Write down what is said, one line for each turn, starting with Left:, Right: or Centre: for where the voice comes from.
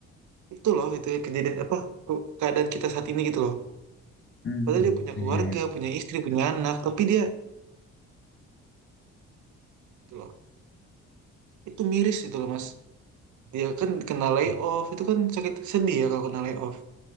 Right: itu loh itu ya, kejadian apa ke- keadaan kita saat ini gitu loh
Left: Hmm.
Right: padahal dia punya
Left: ya
Right: keluarga
Left: ya ya.
Right: punya istri punya anak tapi dia gitu loh Itu miris itu loh Mas. Dia kan kena layoff, itu kan sakit sedih ya kalau kena layoff.